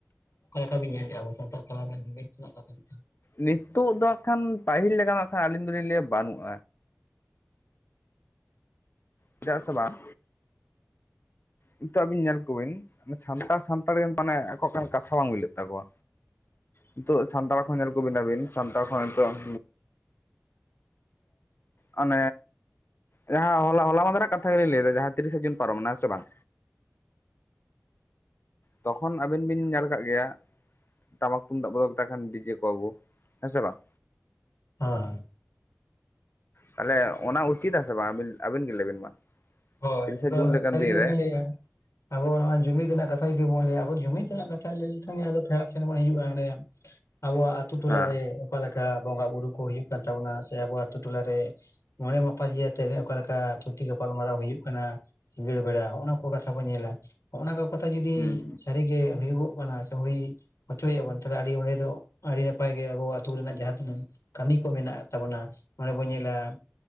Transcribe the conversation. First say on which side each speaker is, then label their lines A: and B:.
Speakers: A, on the left (about 80°); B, on the left (about 50°).
A: ᱚᱠᱟ ᱞᱮᱠᱟ ᱵᱤᱱ ᱧᱮᱞᱮᱫᱼᱟ ᱟᱵᱚ ᱥᱟᱱᱛᱟᱲ ᱛᱟᱞᱟ ᱨᱮ ᱡᱩᱢᱤᱫ ᱨᱮᱱᱟᱜ ᱠᱟᱛᱷᱟ ᱢᱤᱫ ᱴᱟᱝ?
B: ᱱᱤᱛᱳᱜ ᱫᱚ ᱦᱟᱸᱜ ᱠᱷᱟᱱ ᱯᱟᱹᱦᱤᱞ ᱞᱮᱠᱟ ᱱᱟᱜ ᱠᱷᱟᱱ ᱟᱹᱞᱤᱧ ᱫᱚᱞᱤᱧ ᱞᱟᱹᱭᱟ ᱵᱟᱹᱱᱩᱜ-ᱟ᱾ ᱪᱮᱫᱟᱜ ᱥᱮ ᱵᱟᱝ? ᱱᱤᱛᱚᱜ ᱟᱵᱤᱱ ᱧᱮᱞ ᱠᱚᱵᱤᱱ ᱥᱟᱱᱛᱟᱲ ᱥᱟᱱᱛᱟᱲ ᱜᱮ ᱢᱟᱱᱮ ᱟᱠᱚ ᱠᱚᱨᱮᱱ ᱠᱟᱛᱷᱟ ᱵᱟᱝ ᱢᱤᱞᱟ. ᱜ ᱛᱟᱠᱚᱣᱟ᱾ ᱱᱤᱛᱚᱜ ᱥᱟᱱᱛᱟᱲ ᱠᱷᱚᱱ ᱧᱮᱞ ᱠᱚᱵᱤᱱ ᱟᱵᱤᱱ ᱥᱟᱱᱛᱟᱲ ᱠᱷᱚᱱ ᱱᱤᱛᱚᱜ ᱩᱱ ᱚᱱᱮ ᱡᱟᱦᱟᱸ ᱦᱚᱞᱟ ᱦᱚᱞᱟ ᱢᱟᱫᱷᱮᱨ ᱨᱮᱱᱟᱜ ᱠᱟᱛᱷᱟ ᱜᱮᱞᱤᱧ ᱞᱟᱹᱭᱟ ᱮᱫᱟ ᱡᱟᱦᱟᱸ ᱛᱤᱨᱤᱥᱟ ᱡᱩᱱ ᱯᱟᱨᱚᱢᱮᱱᱟ ᱥᱮ ᱵᱟᱝ᱾ ᱛᱚᱠᱷᱚᱱ ᱟᱵᱤᱱ ᱵᱤᱱ ᱧᱮᱞ ᱠᱟᱜ ᱜᱮᱭᱟ? ᱴᱟᱢᱟᱠ ᱛᱩᱢᱫᱟᱜ ᱠᱚᱫᱚ ᱢᱮᱛᱟ ᱠᱷᱟᱱ ᱰᱤᱡᱮ ᱠᱚ ᱟᱜᱩ ᱦᱮᱸ ᱥᱮ ᱵᱟᱝ᱾
A: ᱦᱮᱸ᱾
B: ᱛᱟᱦᱚᱞᱮ ᱚᱱᱟ ᱩᱪᱤᱛᱟ ᱥᱮ ᱵᱟᱝ ᱟᱹᱵᱤᱱ ᱟᱹᱵᱤᱱ ᱜᱮ ᱞᱟᱹᱭᱵᱤᱱ ᱢᱟ᱾
A: ᱦᱳᱭ
B: ᱛᱤᱨᱤᱥᱟ
A: ᱟᱫᱚ
B: ᱡᱩᱱ ᱞᱮᱠᱟᱱ
A: ᱥᱟᱹᱨᱤ
B: ᱫᱤᱱ
A: ᱜᱮᱵᱤᱱ
B: ᱨᱮ
A: ᱞᱟᱹᱭ-ᱟ᱾ ᱟᱵᱚ ᱱᱚᱜᱚᱭ ᱡᱩᱢᱤᱫ ᱨᱮᱱᱟᱜ ᱠᱟᱛᱷᱟ ᱡᱩᱫᱤ ᱵᱚᱱ ᱞᱟᱹᱭᱟ ᱟᱵᱚ ᱡᱩᱢᱤᱫ ᱨᱮᱱᱟᱜ ᱠᱟᱛᱷᱟ ᱞᱟᱹᱭ ᱞᱮᱠᱷᱟᱱ ᱜᱮ ᱟᱫᱚ ᱴᱷᱚᱭᱟᱜ ᱥᱮᱱ ᱵᱚᱱ ᱦᱤᱡᱩᱜ-ᱟ ᱮᱸᱰᱮ ᱟᱵᱚᱣᱟᱜ ᱟᱛᱩ ᱴᱚᱞᱟ
B: ᱦᱮᱸ
A: ᱨᱮ ᱚᱠᱟ ᱞᱮᱠᱟ ᱵᱚᱸᱜᱟ ᱵᱩᱨᱩ ᱠᱚ ᱦᱩᱭᱩᱜ ᱠᱟᱱ ᱛᱟᱵᱚᱱᱟ ᱥᱮ ᱟᱵᱚ ᱟᱛᱩ ᱴᱚᱞᱟᱨᱮ ᱢᱚᱸᱬᱮ ᱢᱟᱯᱟᱡᱤ ᱠᱟᱛᱮᱜ ᱮ ᱚᱠᱟᱨᱮ ᱠᱟᱨᱟ ᱴᱤ ᱜᱟᱟᱯᱟᱞ ᱢᱟᱨᱟᱣ ᱦᱩᱭᱩᱜ ᱠᱟᱱᱟ ᱥᱤᱸᱜᱟᱹᱲ ᱵᱮᱲᱟ ᱚᱱᱟ ᱠᱚ ᱠᱟᱛᱷᱟ ᱠᱚ ᱧᱮᱞᱟ᱾ ᱦᱚᱜᱚ-ᱱᱟ ᱠᱚ ᱠᱟᱛᱷᱟ ᱡᱩᱫᱤ
B: ᱦᱩᱸ
A: ᱥᱟᱹᱨᱤᱜᱮ ᱦᱩᱭᱩᱜᱚᱜ ᱠᱟᱱᱟ ᱦᱩᱭ ᱦᱚᱪᱚᱭ ᱟᱵᱚᱱ ᱪᱮᱫᱟᱜ ᱟᱹᱰᱤ ᱚᱸᱰᱮ ᱫᱚ ᱟᱹᱰᱤ ᱱᱟᱯᱟᱭ ᱜᱮ ᱟᱵᱚ ᱟᱛᱩ ᱨᱮᱱᱟᱜ ᱡᱟᱦᱟᱸ ᱛᱤᱱᱟᱹᱝ ᱠᱟᱹᱢᱤ ᱠᱚ ᱢᱮᱱᱟᱜ ᱛᱟᱵᱚᱱᱟ ᱱᱚᱰᱮ ᱵᱚ ᱧᱮᱞᱟ